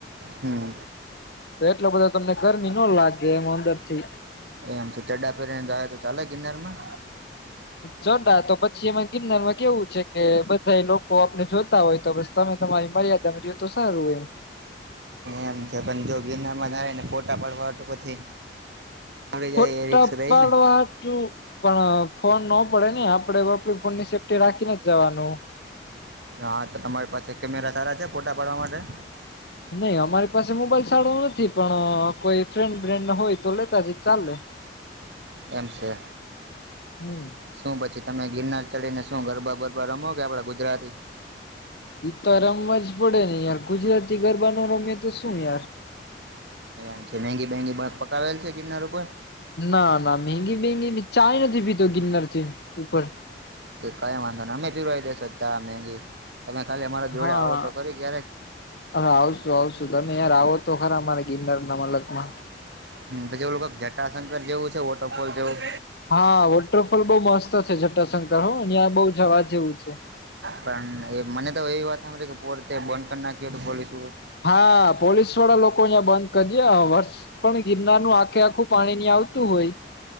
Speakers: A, on the right; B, on the left.
A: હમ
B: તો એટલો બધો તમને ગરમી ન લાગે એમ અંદરથી.
A: <unintelligible> પેરીને જાય તો ચાલે ગિનારમાં
B: ચડા તો પછી એમાં ગિનારમાં કેવું છે કે બધા એ લોકો આપને જોતા હોય તો બસ તમે મર્યાદા મા આમ‌ રીએ તો સારું એમ.
A: એમ છે પણ જો બનાને ફોટા પાડવા તો પછી આવડી
B: ફોટા
A: જાય એ રિક્સ રહી
B: પળવા
A: ને
B: હટું પણ ફોન ન પડે ને આપડે આપડી‌ ફોનની સેફ્ટી રાખીને જ જવાનું.
A: હા તો તમારી પાસે કેમેરા સારા છે ફોટા પાડવા માટે?
B: નહી અમારી પાસે મોબાઈલ સારો નથી પણ કોઈ ફ્રેન્ડ બ્રેન્ડ હોય તો લેતા જ ચાલે.
A: એમસે
B: હમ
A: સુુંબચિત તમે ગિરનાર ચડીને શું ગરબા બરબા રમો કે આપડા ગુજરાતી.
B: ઈ તો રમવા જ પડે ને યાર ગુજરાતી ગરબા નો રમે તો શું યાર.
A: મ છે મગી બેંગી ભાગ પકાવેલ છે ગિરનાર ઉપર?
B: ના ના મેંગી મેંગી ચાય નથી પીતો ગિરનાર થી ઉપર
A: કઈ વાંધો ને અમે પીવાય દેસો ચા ને મેગી. તમે ખાલી અમારા જોડે
B: હા
A: આવો તો ખરી ક્યારેક
B: અને આવશું આવશું તમે યાર આવો તો ખરા મારે ગિરનાર. તમામલકમાં
A: હ પછી એવું જટાશંકર જેવું છે વોટરફોલ જેવું!
B: હા વોટરફોલ બહ મસ્ત છે જટાશંકર અ બહ ત્યાં જવા જેવું છે.
A: પણ એ મને તો એવી વાત સાંભળે કે પોરતે બંધ કરી નાખી હો તો પોલીસ
B: હા પોલીસ વાળા લોકો અહીયા બંધ કરી દે વર્ષ પણ આખે આખું પાણી ની આવતું હોય